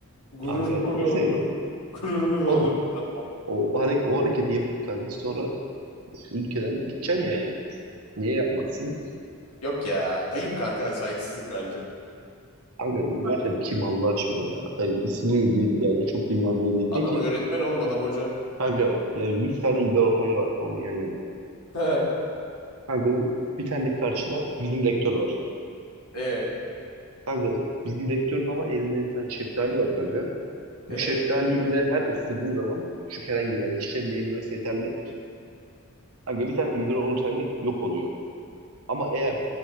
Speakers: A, on the left; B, on the right.
A: Gururumu
B: Kanka nasıl?
A: ve onurum.
B: yani?
A: <laughs> Gururumu ve
B: Oğlum
A: onurumu satmam.
B: o, hareket, o hareketi yapıp kanka sonra ülkeden gideceksin yani. Niye yapmazsın?
A: Yok ya. Ayıp kanka. Saygısızlık bence.
B: Kanka İldor Ortaylı kim Allah aşkına ya? Yani ismini değil yani çok bilinen biri değil.
A: Adam
B: Peki
A: öğretmen oğlum. Adam hoca.
B: kanka yani 100 tane İldor Ortaylı var tamam mı yan yana?
A: <laughs>
B: Kanka bu bir tane de karşıda bizim rektör var.
A: E,
B: Kanka bizim rektörün ama elinde bir tane şeftali var kanka.
A: e.
B: Bu şeftaliyi böyle her ısırdığı zaman şu herhangi bir yer dişlerini değdirmesi yeterli. Kanka bir tane idrar oluşan yok oluyor. Ama eğer